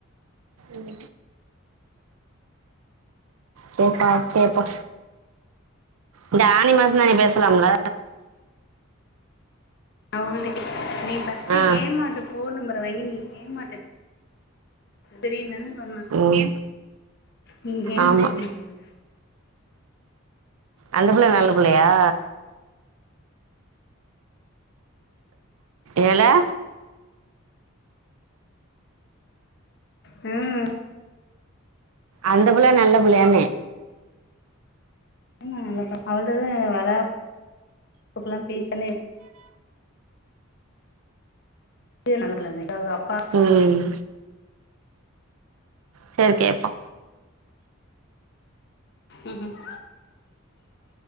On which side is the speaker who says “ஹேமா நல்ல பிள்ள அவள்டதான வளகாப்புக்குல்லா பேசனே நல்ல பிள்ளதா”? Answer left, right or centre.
Left